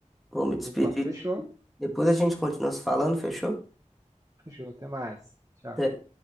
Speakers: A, in the centre; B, on the right.
A: Vou me despedir.
B: Opa, fechou,
A: Depois a gente continua se falando, fechou?
B: fechou, até mais. Tchau.
A: de